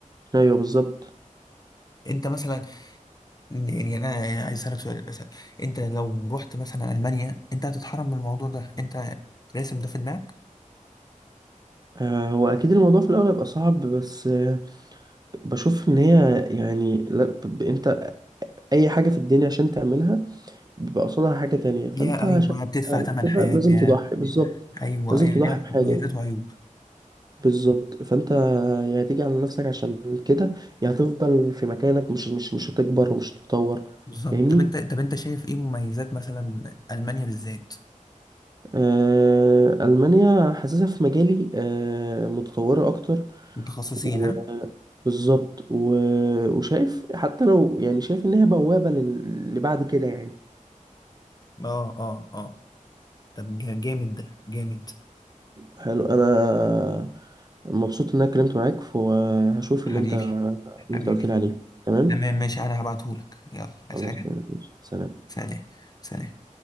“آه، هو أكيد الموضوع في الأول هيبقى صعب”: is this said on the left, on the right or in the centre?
Right